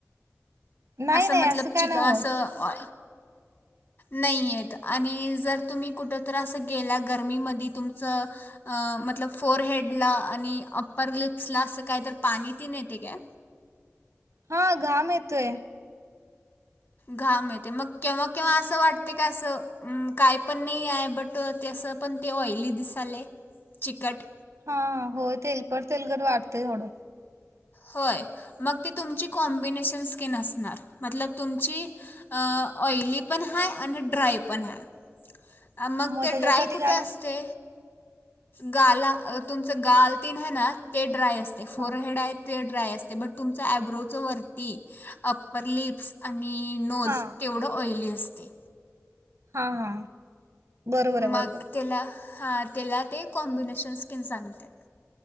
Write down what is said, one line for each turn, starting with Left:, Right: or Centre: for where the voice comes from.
Right: नाही
Left: असं
Right: नाही
Left: मतलब
Right: काय
Left: चिक
Right: नाही
Left: असं
Right: होत
Left: ऑ नाही येत आणि जर तुम्ही कुठतर अस गेला गर्मीमध्ये तुमच मतलब फोरहेड ला आणि अप्पर लिप्सला अस काय तर पाणी तेन येते का?
Right: हा घाम येत तोय
Left: घाम येतोय, मग केव्हा केव्हा असं वाटते का असं काय पण नाही आहे बट तस पण ते ऑइली दिसाले, चिकट
Right: हा हो तेलकट, तेलकट वाटतय थोडं
Left: होय मग त तुमची कॉम्बिनेशन स्किन असणार मतलब तुमची ऑयली पण हाय, ड्राय पण हाय मग ते
Right: त्याच्यासाठी
Left: ड्राय कुठे
Right: काय
Left: असते? गाला तुमच गाल तेन हाय ना ते ड्राय असते फोर
Right: हा
Left: हेड आहेत ते ड्राय असते, बट तुमचा ॲबरोच वरती अप्पर लिप्स आणि नोज
Right: हा
Left: तेवढं ऑइली असते
Right: हा हा बरोबर आहे बरोबर
Left: मग तिला हा त्याला ते कॉम्बिनेशन स्किन सांगते.